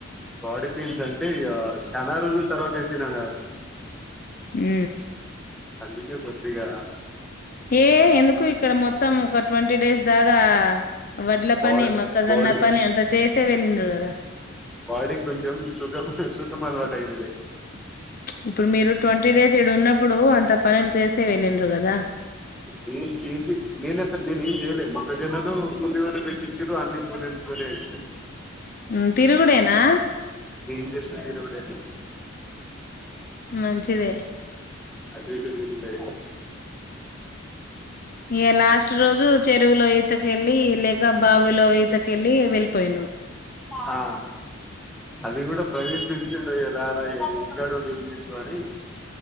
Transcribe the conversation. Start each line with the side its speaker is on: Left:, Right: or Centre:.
Centre: బాడీ పెయిన్స్ అంటే ఇగ చానా రోజుల తర్వాత ఎత్తినాగా
Left: హ్
Centre: అందుకే కొద్దిగా
Left: ఏ ఎందుకు ఇక్కడ మొత్తం ఒక ట్వంటీ డేస్ దాగా వడ్ల పని
Centre: బా
Left: మొక్కజొన్న
Centre: బాడీ
Left: పని అంత చేసే వెళ్ళిండ్రు కదా
Centre: బాడికి కొంచం సుఖం సుఖము ఆలవాట్యిందిలే
Left: ఇప్పుడు మీరు ట్వంటీ డేస్ ఇక్కడ ఉన్నప్పుడు అంత పనులు చేసే వెళ్ళండ్ర కదా
Centre: నేన్ చేసి నేనే సార్ నేను ఏం చేయలే మ ప్రజన్నను కూలీలే పెట్టి ఇచ్చురూ అన్ని కూలీ కూలీలేతో అయింది
Left: ఉ తిరుగుడేనా
Centre: నేన్ జస్ట్ తిరుగుడే
Left: మంచిదే
Centre: ఆటు ఇటు తిరుగుడే ఇగ
Left: ఇగ లాస్ట్ రోజు చెరువులో ఈ ఇతకెళ్ళి లేక బావిలో ఈతకెళ్ళి వెళ్ళిపోయింరు
Centre: ఆ అది కూడా ప్రవీణ్ పిలుచుండేగ రప్ బ ఇంటికాడ ఉండి ఏంచేస్తావని